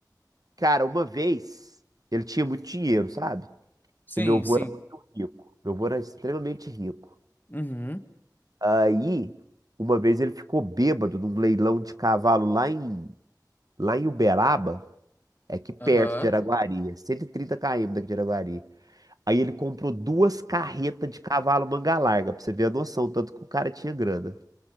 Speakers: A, on the right; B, on the left.
A: Cara, uma vez ele tinha muito dinheiro, sabe?
B: Sim,
A: E meu avô
B: sim.
A: era muito rico. Meu avô era extremamente rico.
B: Uhum.
A: Aí, uma vez ele ficou bêbado num leilão de cavalo lá em, lá em Uberaba, é aqui perto
B: Aham.
A: de Araguari, é 130 km daqui de Araguari. Aí ele comprou duas carretas de cavalo manga larga, pra você ver a noção, tanto que o cara tinha grana.